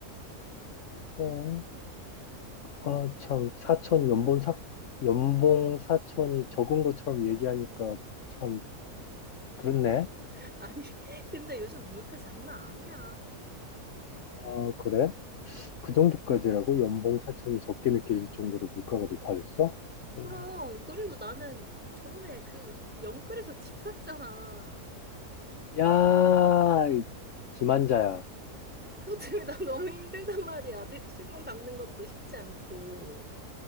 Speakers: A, on the left; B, in the centre.
A: 어, 아, 참, 사촌, 연봉 사, 연봉 사촌이 적은 것처럼 얘기하니까 참, 그렇네.
B: <laughs> 아니 근데 요즘 물가 장난 아니야.
A: 아, 그래? 그 정도까지라고? 연봉 사촌이 적게 느껴질 정도로 물가가 높아졌어? 오.
B: 그럼 그리고 나는 저번에 그 영끌에서 집 샀잖아.
A: 야, 이 기만자야.
B: 그것 때문에 난 너무 힘들단 말이야. 대출금 갚는 것도 쉽지 않고.